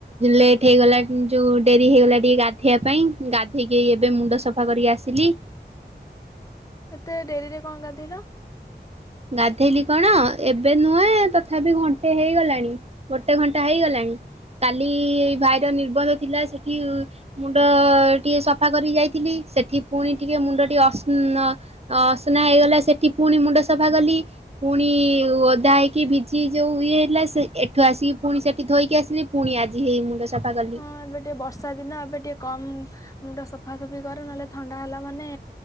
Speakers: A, on the right (about 35°); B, on the left (about 20°).
A: ଲେଟ୍ ହେଇଗଲା ଯୋଉ ଡେରି ହେଇଗଲା ଟିକେ ଗାଧେଇବା ପାଇଁ ଗାଧେଇକି ଏବେ ମୁଣ୍ଡ ସ ସଫା କରିକି ଆସିଲି।
B: ଏତେ ଡେରିରେ କଁ ଗଧେଇଲ?
A: ଗାଧେଇଲି କଣ ଏବେ ନୁହେଁ ତଥାପି ଘଣ୍ଟେ ହେଇଗଲାଣି ଗୋଟ ଟେ ଘଣ୍ଟା ହେଇଗଲାଣି କାଲି-ଭାଇର ନିର୍ବନ୍ଧ ଥିଲା ସେଠି ମୁଣ୍ଡ ଟିକେ ସଫା କରି ଯାଇଥିଲି ସେଠି ପୁଣି ଟିକେ ମୁଣ୍ଡ ଟିକେ ଅସ୍ ନଅ ଅ ଅସନା ହେଇଗଲା ସେଠି ପୁଣି ମୁଣ୍ଡ ସଫା କଲି ପୁଣି ଓଦା ହେଇକି ଭିଜି ଯୋଉ ଇଏ ହେଇଲା ସେ ଏଠୁ ଆସିକି ପୁଣି ସେଠି ଧୋଇକି ଆସିଲି ପୁଣି ଆଜି ହେଇ ମୁଣ୍ଡ ସଫା କଲି।
B: ହଁ ଏବେ ଟିକେ ବର୍ଷା ଦିନ ଏବେ ଟିକେ କମ୍ ମୁଣ୍ଡ ସଫାସଫି କର ନହେଲେ ଥଣ୍ଡା ହେଲା ମାନେ